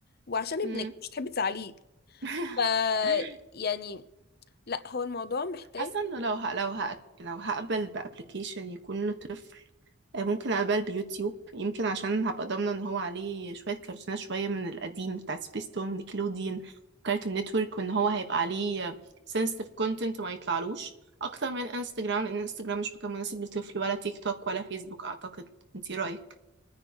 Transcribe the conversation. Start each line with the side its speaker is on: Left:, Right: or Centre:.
Left: وعشان
Right: مم.
Left: ابنك مش تحبي تزعليه
Right: <laughs>
Left: ف يعني لا هو الموضوع محتاج
Right: حاسة انه لو ه... لو ه... لو هقبل بابلكيشن يكون له آه، ممكن أقبل بيوتيوب يمكن عشان هبقى ضامنة ان هو عليه شوية كرتونات شوية من القديم بتاعت سبيستون نيكلوديان كارتون نتورك وان هو هيبقى عليه sensitive content ما يطلعلوش اكتر من انستجرام لان انستجرام مش مكان مناسب لطفل ولا تيك توك ولا فيسبوك اعتقد انتي رأيك